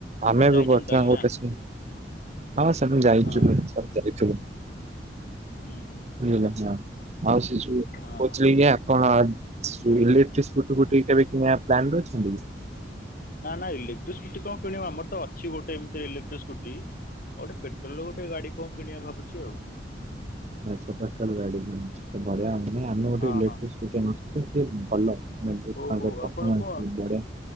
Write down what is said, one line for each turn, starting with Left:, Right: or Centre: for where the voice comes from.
Left: ଆପଣ
Right: ଆମେ
Left: ଯାଇଛନ୍ତି
Right: ବି ବର୍
Left: ତାହେଲେ ନା
Right: ଗୋଟେ ସ ହଁ ସେ ମୁଁ ଯାଇଛୁ
Left: ହଁ
Right: ସତ ରେ ଯାଇଛୁ
Left: ହୁଁ ହୁଁ
Right: ବୁଝିଲ ଆଉ ସେ ଯୁ
Left: ହଁ
Right: ପଚ ଲ ଯା <inaudible> କଣ ଇଲେକ୍ଟ୍ରିକ ସ୍କୁଟି ଫୁଟି କେବେ କିଣିବା ପ୍ଲାନ କରିଛନ୍ତି
Left: ନା ନା ଇଲେକ୍ଟ୍ରିସ୍କୁଟି କଣ କିଣ ଆମର ତ ଅଛି ଗୋଟେ ଏମିତି ଇଲେକ୍ଟ୍ରିସ୍କୁଟି ଆ ଗୋଟେ ପେଟଲ ଗୋଟେ ଗାଡି କଣ କିଣିବା ଭାବୁଛି ଆଉ
Right: ବଢିଆ ହବ ନାଇଁ ଆମେ ଗୋଟେ
Left: ହଁ
Right: ଇଲେକ୍ଟ୍ରି
Left: ହଁ
Right: ସ୍କୁଟି <unintelligible> ସେ ଭଲ <unintelligible>
Left: ଓହୋ
Right: ପଫମନସ
Left: ଆପଣ କଣ
Right: ବଢିଆ।